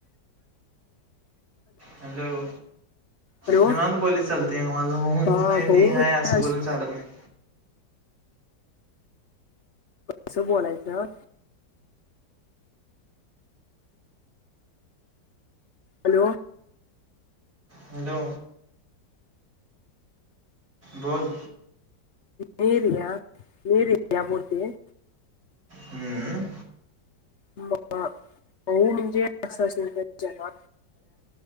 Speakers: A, on the right; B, on the left.
A: हॅलो
B: हॅलो
A: निवांत बोली चालते मला ब
B: हा
A: माहिती
B: भाऊ
A: आहे
B: म्हणजे
A: असं बोलून
B: अस-
A: चालत नाही
B: कसं बोलायचं हॅलो
A: हॅलो बत
B: मर या मर भूती
A: हम्म
B: हो म्हणजे असं असेल जग